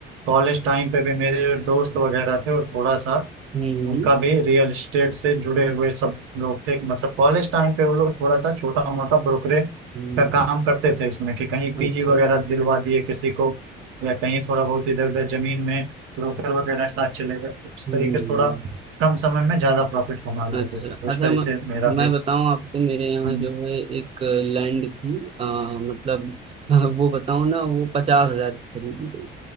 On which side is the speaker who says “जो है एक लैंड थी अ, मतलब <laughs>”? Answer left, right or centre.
Right